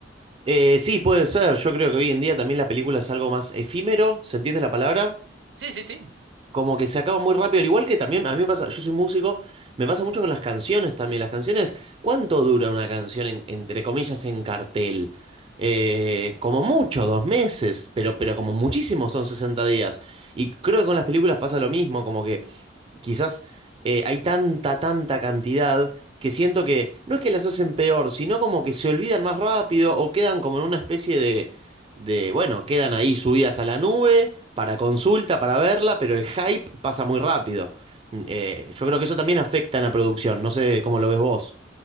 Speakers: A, on the right (about 30°); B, on the right (about 75°).
A: Eh, sí, puede ser, yo creo que hoy en día también la película es algo más efímero, ¿se entiende la palabra?
B: Sí, sí, sí.
A: como que se acaba muy rápido, al igual que también a mí me pasa, yo soy músico, me pasa mucho con las canciones también. Las canciones, ¿cuánto dura una canción en- entre comillas en cartel? Eh, como mucho, dos meses, pero, pero como muchísimo son 60 días. Y creo que con las películas pasa lo mismo, como que quizás eh, hay tanta, tanta cantidad que siento que no es que las hacen peor, sino como que se olvidan más rápido o quedan como en una especie de, de, bueno, quedan ahí subidas a la nube para consulta, para verla, pero el hype pasa muy rápido. Mm, eh, yo creo que eso también afecta en la producción, no sé cómo lo ves vos.